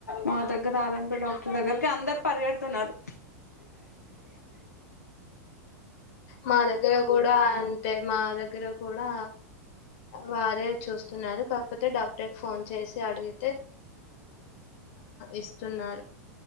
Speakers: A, on the left; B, on the left.
A: మా దగ్గర ఆర్ అం పి డాక్టర్ దగ్గరకి అందరు పరిగెడుతున్నారు
B: మా దగ్గర కూడా అంటే మా దగ్గర కూడా వారే చూస్తున్నారు కాకపోతే డాక్టర్ క ఫోన్ చేసి అడిగి ఇస్తున్నారు